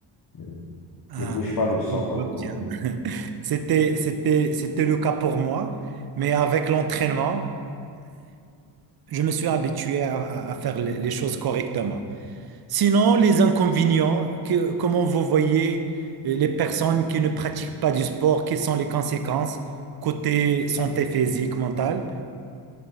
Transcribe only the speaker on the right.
Ah,
je vois bien.
C'était,
c'était, c'était le cas pour moi, mais avec l'entraînement, je me suis habitué à, à- à faire les, les choses correctement. Sinon, les inconvénients, que, comment vous voyez euh, les personnes qui ne pratiquent pas du sport, quelles sont les conséquences côté santé physique, mentale?